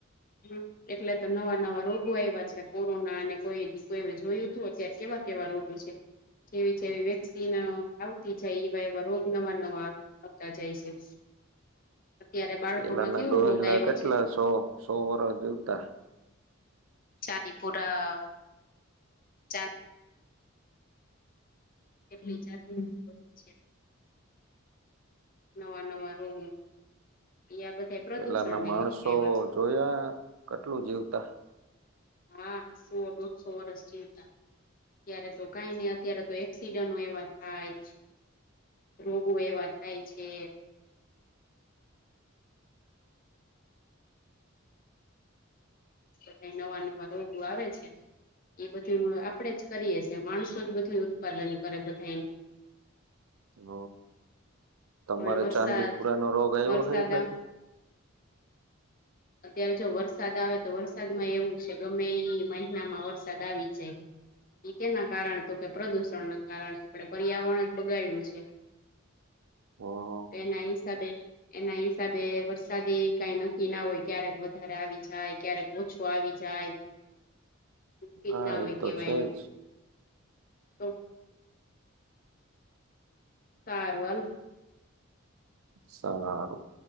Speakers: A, on the left; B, on the right.
A: હમ એટલે તો નવા નવા રોગો આવ્યા છે કોરોના અને કોઈ કોઈ જોયું હતું અત્યારે કેવા કેવા રોગો છે? કેવી જેવી વેક્સિન આવતી જાય એવા એવા રોગ નવા નવા આવતા જાય છે. અત્યારે બાળકોમાં
B: પેલાના
A: કેવો
B: ડોહલા
A: રોગ આવ્યો
B: કેટલા
A: છે?
B: સો સો વર્ષ જીવતા
A: ચાંદીપુરા ચાંદ કેટલી જાતની બધું છે નવા નવા રોગો યા બધા પ્રદુષણ
B: પેલા ના
A: ને
B: માણસો
A: લીધે આવ્યા છે.
B: જોયા કેટલું જીવતા?
A: હા સો દોઢસો વર્ષ જીવતા અત્યારે તો કઈ નઈ અત્યારે તો એક્સિડન્ટ એવા થાય રોગો એવા થાય છે. હ ક નવા નવા રોગો આવે છે. એ બધું આપડે જ કરીએ છીએ માણસો જ બધું ઉત્પાદન કરે બધા
B: હમ તમારે
A: હવે વરસાદ
B: ચાંદીપુરા નો રોગ આવ્યો
A: વરસાદ
B: હોય એ બાજુ?
A: અત્યારે જો વરસાદ આવે તો વરસાદમાં એવું છે ગ મે મહિનામાં વરસાદ આવી જાય એ કેના કારણે તો કે પ્રદુષણ ના કારણે આપણે પર્યાવરણ જ બગાડું છે.
B: ઓ
A: એના હિસાબે એના હિસાબે વરસાદે‌‌ કઈ નક્કી ના હોય ક્યારેક વધારે આવી જાય ક્યારેક ઓછો આવી જાય <unintelligible>
B: હા એ તો છે જ
A: તો સારું હાલો
B: સારું